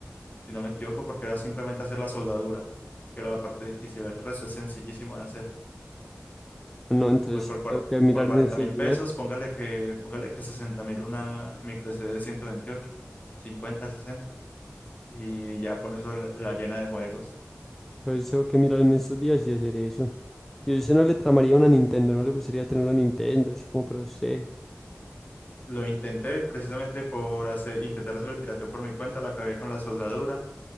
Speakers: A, on the left; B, in the centre.
A: si no me equivoco, porque era simplemente hacer la soldadura, que era la parte difícil, el resto es sencillísimo de hacer.
B: no, entonces
A: Y pues por, cuar-
B: tengo que mirar
A: por 40
B: en estos
A: mil
B: días.
A: pesos, póngale que, póngale que 60 mil una micro SD de 128, 50, 60, y ya con eso la la llena de juegos.
B: Entonces tengo que mirar en estos días y hacer eso. Y usted no le tramaría una Nintendo, no le gustaría tener una Nintendo, así como para usted.
A: Lo intenté precisamente por hacer, intentar hacer el pirateo por mi cuenta, la cagué con la soldadura